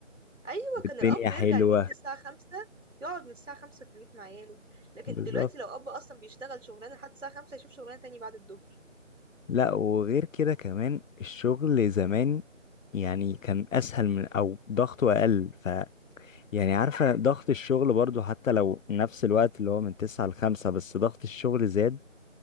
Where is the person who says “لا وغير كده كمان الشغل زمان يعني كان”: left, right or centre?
Left